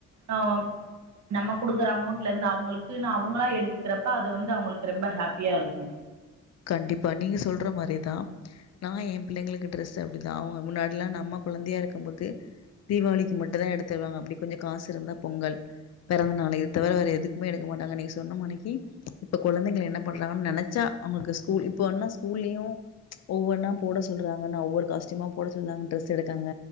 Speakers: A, on the right; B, on the left.
A: ஆ நம்ம குடுக்குற அமௌண்ட்லந்து அவங்களுக்குன்னு அவங்களா எடுத்துக்கிறப்ப அது வந்து அவங்களுக்கு ரொம்ப ஹாப் பியா இருக்கு
B: கண்டிப்பா நீங்க சொல்ற மாரிதா நா என் பிள்ளைங்களுக்கு டிரெஸ் அப்டிதா அவுங்க முன்னாடில்லா நம்ம குழந்தையா இருக்கம்போது தீபாவளிக்கு மட்டு தா எடுத்து தருவாங்க அப்டி கொஞ்சம் காசு இருந்தா பொங்கல் பெறந்த நாளு இது தவிர வேற எதுக்குமே எடுக்க மாட்டாங்க நீங்க சொன்ன மானிக்கி இப்ப கொழந்தைங்கள என்ன பண்லான்னு நெனைச்சா அவங்களுக்கு ஸ்கூல் இப்ப ன்னு ஸ்கூல்லியு ஒவ்வொன்னா போட சொல்றாங்கன்னா ஒவ்வொரு காஸ்டூயூமா போட சொல்றாங்க டிரெஸ் எடுக்காங்க